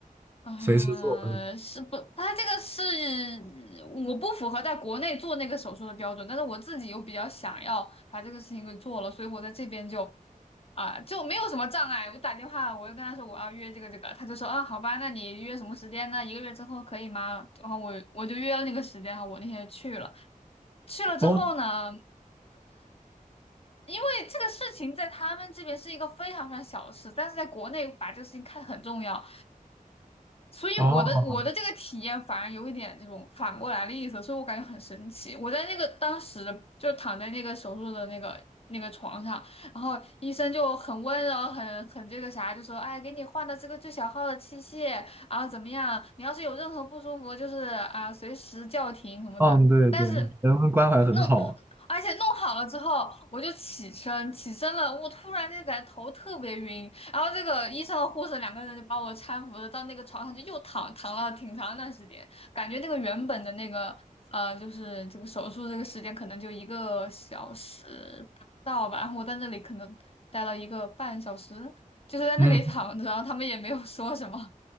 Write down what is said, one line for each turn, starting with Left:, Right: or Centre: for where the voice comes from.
Left: 啊，
Right: 随时做。
Left: 是不，他这个是我不符合在国内做那个手术的标准，但是我自己又比较想要把这个事情给做了，所以我在这边就啊、就没有什么障碍。我打电话，我就跟他说我要约这个这个，他就说啊好吧，那你约什么时间呢？一个月之后可以吗？然后我我就约了那个时间，然后我那天就去了。去了之后呢，
Right: 哦
Left: 因为这个事情在他们这边是一个非常非常小的事，但是在国内把这个事情看得很重要。所以我的我的这个体验反而有一点这种反过来的意思，
Right: 哦，
Left: 所以我感觉很神奇。我在那个当时的就躺在那个手术的那个那个床上，然后医生就很温柔，很很这个啥，就说哎，给你换的这个最小号的器械，然后怎么样？你要是有任何不舒服，就是啊，随时叫停什么的。
Right: 嗯，对对，
Left: 但是
Right: 人文关怀很好啊。
Left: 弄，而且弄好了之后，我就起身，起身了，我突然间感觉头特别晕，然后这个医生和护士两个人就把我搀扶着到那个床上去，又躺躺了挺长一段时间，感觉那个原本的那个呃，就是这个手术这个时间可能就一个小时不到吧，然后我在那里可能待了一个半小时，就是在那里躺着，
Right: 嗯，
Left: 然后他们也没有说什么，